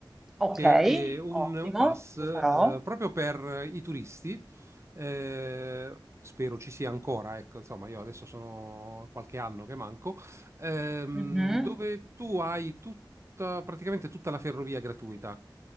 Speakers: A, in the centre; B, on the right (about 35°).
A: Ok,
B: che è un,
A: ottimo,
B: un pass
A: lo
B: eh,
A: farò.
B: proprio per i turisti. Eh, spero ci sia ancora, ecco, insomma, io adesso sono qualche anno che manco, ehm,
A: Mhm.
B: dove tu hai tutta, praticamente tutta la ferrovia gratuita